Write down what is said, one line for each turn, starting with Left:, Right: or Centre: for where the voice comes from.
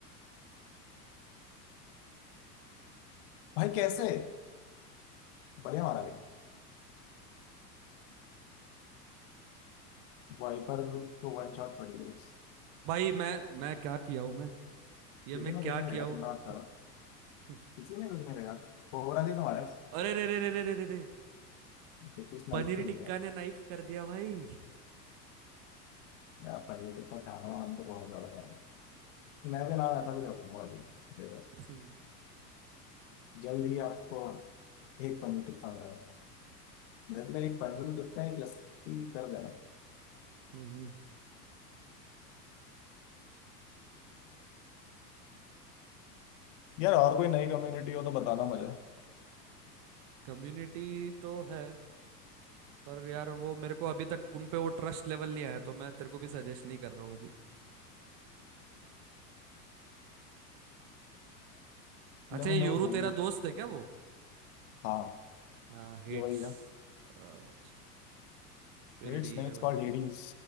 Left: भाई कैसे बढ़िया मारा लेकिन वाइपर को वन शॉट पड़ी हो
Right: भाई मैं मैं क्या किया हूँ मैं ये
Left: किसी
Right: मैं
Left: ने
Right: क्या
Left: कुछ नहीं
Right: किया
Left: लगा
Right: हूँ
Left: चिंता मत करो
Right: <laughs>
Left: किसी ने कुछ नहीं लगा कोबरा जी तो मारा
Right: अरे रे रे रे रे रे रे रे
Left: लेकिन उस नाइफ
Right: पनीर
Left: को नहीं
Right: टिक्का
Left: लगा
Right: ने नाइफ कर दिया भाई
Left: यार पहले तो तो ढाहना हम तो बहुत ज्यादा था मैं भी ना ऐसा कुछ रखूंगा अभी देखो,
Right: <laughs>
Left: जल्द ही आपको एक पनीर टिक्का मिला मतलब एक फाइनल गिफ्ट है एक लस्सी कर देना
Right: हम्म
Left: यार और कोई नई कम्युनिटी हो तो बताना मुझे
Right: कम्युनिटी तो है पर यार वो मेरे को अभी तक उन पे वो ट्रस्ट लेवल नहीं आया तो मैं तेरे को भी सजेस्ट नहीं कर रहा हूँ अभी अच्छा
Left: Let
Right: ये
Left: me
Right: योरू
Left: know soon
Right: तेरा दोस्त है क्या वो
Left: हाँ
Right: हाँ हेड्स
Left: ये वही है
Right: अच्छा फिर ठीक
Left: It's name
Right: है
Left: it's
Right: भाई
Left: called Hades